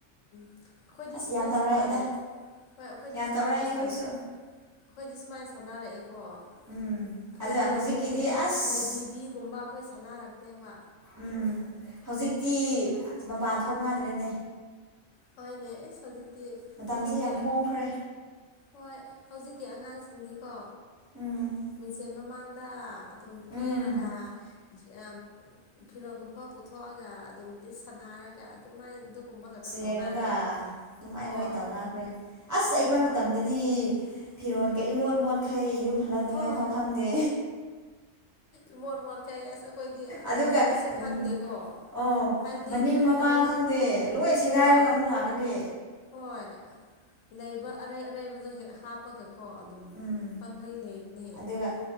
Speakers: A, on the left; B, on the right.
A: ꯑꯩꯈꯣꯏꯗꯤ
B: ꯑꯁ
A: ꯁꯨꯃꯥꯏꯅ
B: ꯌꯥꯝ ꯇꯧꯔꯛꯑꯦꯗ
A: ꯁꯥꯟꯅꯔꯛꯑꯦ ꯍꯣꯏ ꯑꯩꯈꯣꯏꯗꯤ
B: ꯌꯥꯝ
A: ꯁꯨꯃꯥꯏꯅ
B: ꯇꯧꯔꯛꯑꯦ ꯑꯩꯈꯣꯏꯁꯨ
A: ꯑꯩꯈꯣꯏꯗꯤ ꯁꯨꯃꯥꯏꯅ ꯁꯥꯟꯅꯥꯔꯛꯑꯦꯀꯣ ꯑꯩꯈꯣꯏꯗꯤ
B: ꯎꯝ ꯑꯗ ꯍꯧꯖꯤꯛꯀꯤꯗꯤ
A: ꯍꯥꯏꯗꯤ
B: ꯑꯁ
A: ꯂꯥꯏꯙꯤꯕꯤꯒꯨꯝꯕ ꯑꯩꯈꯣꯏ ꯁꯥꯟꯅꯔꯛꯇꯦꯕ
B: ꯎꯝ ꯍꯧꯖꯤꯛꯇꯤ ꯃꯄꯥꯟ ꯊꯣꯛꯅꯗ꯭ꯔꯦꯅꯦ
A: ꯍꯣꯏꯅꯦ ꯏꯁ ꯍꯧꯖꯤꯛꯇꯤ
B: ꯃꯇꯝꯁꯦ
A: ꯍꯧꯖꯤꯛꯀꯤ
B: ꯌꯥꯝ ꯍꯣꯡꯈ꯭ꯔꯦ
A: ꯍꯣꯏ ꯍꯧꯖꯤꯛꯀꯤ ꯑꯉꯥꯡꯁꯤꯡꯗꯤꯀꯣ
B: ꯎꯝ
A: ꯃꯤꯡꯁꯦꯟ ꯃꯃꯥꯡ ꯗ <unintelligible> ꯑꯗꯨꯝ
B: ꯎꯝ
A: ꯀꯦꯔꯒ ꯑꯝ ꯐꯤꯔꯣꯟꯜꯒꯨꯝꯕ ꯄꯨꯊꯣꯛꯑꯒ ꯑꯗꯨꯝ ꯂꯤꯠ ꯁꯥꯟꯅꯔꯒ ꯑꯗꯨꯃꯥꯏꯅ ꯑꯗꯨꯒꯨꯝꯕ ꯈꯛꯇ ꯇꯧꯅꯔꯦ
B: ꯌꯦꯡꯉꯒ ꯑꯗꯨꯃꯥꯏꯅ
A: ꯍꯣꯏ
B: ꯂꯣꯏꯅ ꯇꯧꯅꯈ꯭ꯔꯦ ꯑꯁ ꯑꯩꯈꯣꯏ
A: ꯍꯣꯏ
B: ꯃꯇꯝꯗꯗꯤ ꯐꯤꯔꯣꯟꯜꯈꯩ ꯏꯃꯣꯠ ꯃꯣꯠꯈꯩ ꯌꯨꯝ ꯍꯜꯂꯛꯅꯤꯉꯥꯏ
A: ꯍꯣꯏ
B: ꯐꯥꯎ ꯈꯪꯗꯦ
A: ꯏꯃꯣꯠ ꯃꯣꯠꯈꯩ ꯑꯁ ꯑꯩꯈꯣꯏꯗꯤ
B: ꯑꯗꯨꯒ
A: ꯐꯖꯕꯁꯨ ꯈꯪꯗꯦꯀꯣ
B: ꯎꯝ ꯑꯣ
A: ꯍꯥꯏꯕꯗꯤ
B: ꯃꯅꯤꯡ ꯃꯃꯥꯡ
A: ꯑꯔꯩ
B: ꯈꯪꯗꯦ ꯂꯣꯏ ꯁꯦꯒꯥꯏꯔꯒ
A: ꯍꯣꯏ
B: ꯑꯃꯨꯛ ꯂꯥꯛꯀꯅꯤ
A: ꯍꯣꯏ ꯂꯩꯕ ꯑꯔꯩ ꯑꯔꯩꯕꯗꯣ ꯍꯦꯛ ꯍꯥꯞꯄꯒꯀꯣ ꯑꯗꯨꯝ
B: ꯎꯝ
A: ꯄꯥꯡꯂꯩ ꯂꯩꯕꯅꯦ
B: ꯑꯗꯨꯒ